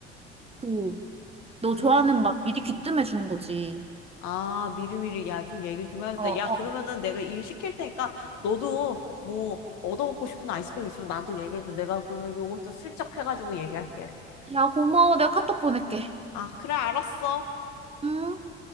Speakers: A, on the right; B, on the left.
A: 그, 너
B: 그러
A: 좋아하는 맛 미리 귀뜸해 주는 거지.
B: 아, 미리미리, 야, 좀 얘기 좀 해야겠다.
A: 어, 어.
B: 야, 그러면은 내가 일 시킬 테니까 너도 뭐 얻어먹고 싶은 아이스크림 있으면 나한테 얘기해줘. 내가 그러면 요것도 슬쩍 해가지고 얘기할게.
A: 야, 고마워. 내가 카톡 보낼게.
B: 아, 그래, 알았어.
A: 응?